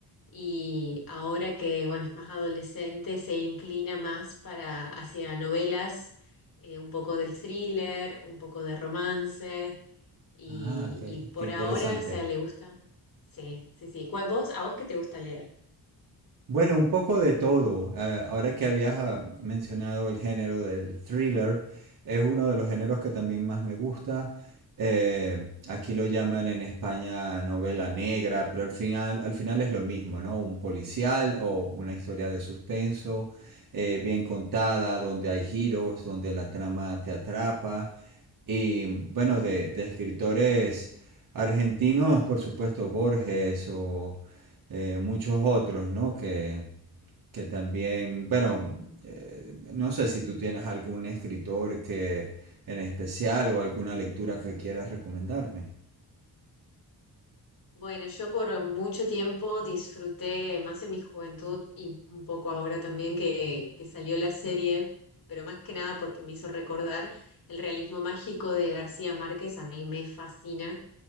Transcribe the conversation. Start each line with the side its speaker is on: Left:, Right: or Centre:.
Left: y ahora que, bueno, es más adolescente, se inclina más para hacia novelas, eh, un poco de thriller, un poco de romance, y,
Right: Ah, qué,
Left: y por
Right: qué interesante.
Left: ahora, o sea, le gusta. Sí, sí, sí. ¿Cuál vos? ¿A vos qué te gusta leer?
Right: Bueno, un poco de todo. Ah, ahora que habías ah, mencionado el género del thriller, es uno de los géneros que también más me gusta. Eh, aquí lo llaman en España novela negra, pero al final, al final es lo mismo, ¿no? Un policial o una historia de suspenso, eh, bien contada, donde hay giros, donde la trama te atrapa y bueno, de, de escritores argentinos, por supuesto, Borges o eh, muchos otros, ¿no? Que, que también, bueno, eh, no sé si tú tienes algún escritor que en especial o alguna lectura que quieras recomendarme.
Left: Bueno, yo por mucho tiempo disfruté, más en mi juventud y un poco ahora también que, que salió la serie, pero más que nada porque me hizo recordar el realismo mágico de García Márquez, a mí me fascina